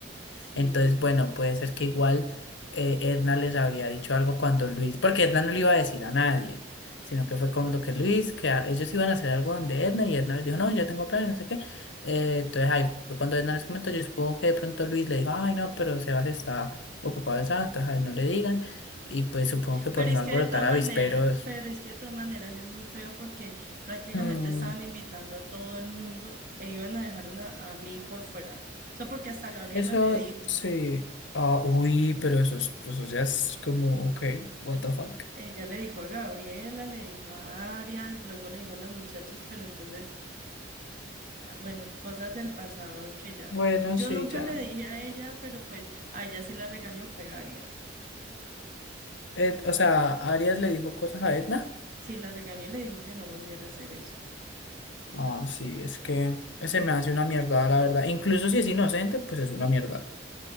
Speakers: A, on the right; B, on the left.
A: Sí.
B: Entonces, bueno, puede ser que igual eh, Edna les habría dicho algo cuando Luis, porque Edna no le iba a decir a nadie, sino que fue como lo que Luis, que a- ellos iban a hacer algo donde Edna y Edna les dijo, no, yo tengo planes, no sé qué. Eh, entonces ahí fue cuando Edna les comentó, yo supongo que de pronto Luis le dijo, ay, no, pero Sebas está ocupado en sábado, entonces a él no le digan. Y pues supongo que por
A: Pero es
B: no alborotar
A: que de todas
B: avisperos.
A: maneras, pero es que de todas maneras es muy feo porque prácticamente
B: Mm,
A: estaban invitando a todo el mundo e iban a dejar una, a mí por fuera. O sea, porque hasta Gabriela
B: eso
A: le dijo,
B: sí. Ah, uy, pero eso, es- pues eso ya es como, ok, what the fuck.
A: ella le dijo a Gabriela, le dijo a Arias, luego le dijo a las muchachas, pero entonces... ah, bueno, cosas del pasado que ya.
B: Bueno,
A: Yo
B: sí,
A: nunca
B: ya.
A: le dije a ella, pero pues a ella sí la regañó fue Arias.
B: Ed- o sea, Arias le dijo cosas a Edna.
A: Sí la regañó y le dijo que no volviera a hacer eso.
B: Ah, sí, es que se me hace una mierda, la verdad. Incluso si es inocente, pues es una mierda.